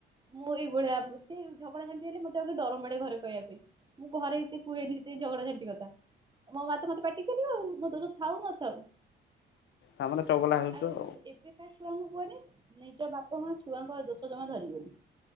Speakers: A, on the right (about 20°); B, on the left (about 70°).
A: ମୁଁ ଏଇଭଳିଆ ସେ ଝଗଡା ଝଣ୍ଟି ହେଲେ ମତେ ଆଗେ ଡରମାଡେ ଘରେ କହିବା ପାଇଁ। ମୁଁ ଘରେ ଏତେ କୁହେନି ସେଥିପାଇଁ ଝଗଡା ଝାଣ୍ଟିି କଥା। ମୋ ମା ତ ମତେ ପାଟିିିକରିବ ଆଉ ମୋ ଦୋଷ ଥାଉ ନଥାଉ।
B: ତା ମାନେ ଚଗଲା ହେଉଚ।
A: ଆଉ ଏବେକା ଛୁଆଙ୍କୁ କୁହନି ନିଜ ବାପା ମା ଛୁଆଙ୍କ ଦୋଷ ଜମା ଧରିବେନି।